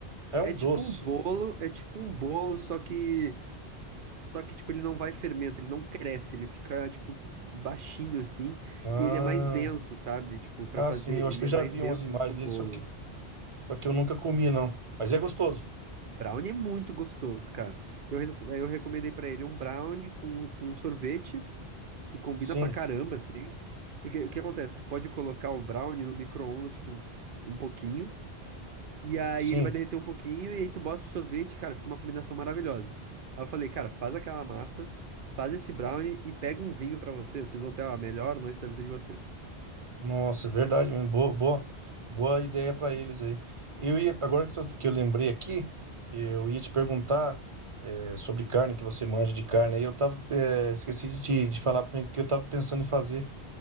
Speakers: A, on the right; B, on the right.
A: É
B: É
A: um
B: tipo
A: doce.
B: um bolo, é tipo um bolo, só que só que tipo ele não vai fermento, ele não cresce, ele fica tipo baixinho assim,
A: Ah,
B: e ele é mais denso, sabe? Tipo, pra
A: ah,
B: fazer,
A: sim, eu acho
B: ele
A: que eu
B: é
A: já
B: mais
A: vi
B: denso
A: umas imagens
B: do que um
A: dele,
B: bolo.
A: só que, só que eu nunca comi, não. Mas é gostoso.
B: Brownie é muito gostoso, cara. Eu, re- eu recomendei pra ele um brownie com, com um sorvete que combina
A: Sim,
B: pra caramba assim, porque o que acontece? Tu pode colocar o brownie no micro-ondas, tipo, um pouquinho E aí
A: sim.
B: ele vai derreter um pouquinho e aí tu bota o sorvete, cara, fica uma combinação maravilhosa. Aí eu falei, cara, faz aquela massa, faz esse brownie e pega um vinho pra vocês, vocês vão ter a melhor noite da vida de vocês.
A: Nossa, é verdade mesmo. Boa, boa, boa ideia para eles aí. Eu ia, agora que, tô- que eu lembrei aqui, eu ia te perguntar eh, sobre carne, que você manja de carne. Aí eu tava, eh, esqueci de, te, de falar para mim que eu tava pensando em fazer.